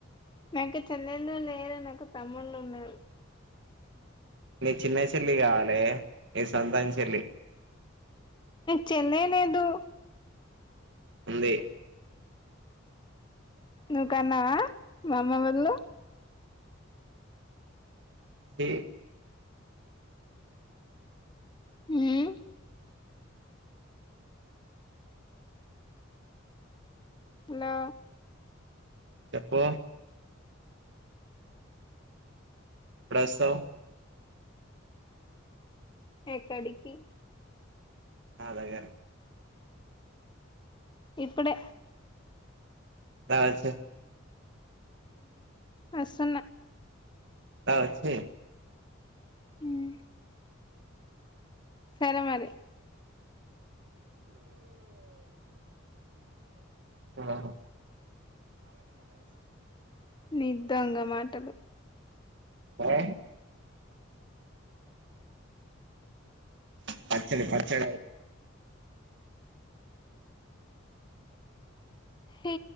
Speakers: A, on the left; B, on the right.
A: నాకు చెల్లెళ్ళు లేరునాకు తమ్ముళ్లు ఉన్నారు
B: నీ చిన్న చెల్లి కావాలి నీ సొంతం చెల్లి
A: చెల్లి లేదు
B: ఉంది
A: నువ్ కన్నావా మామ్మ బదులు
B: స
A: ఉమ్ హలో
B: చెప్పు ఎప్పుడస్తవ
A: ఎక్కడికి
B: నా దగ్గరకి
A: ఇప్పుడే
B: రా వచ్చాయి
A: అసలు
B: రావచ్చే
A: ఉమ్ సరే మరి
B: ఆ
A: నీ దొంగమాటలు
B: ఆ పచ్చడి పచ్చడి
A: హ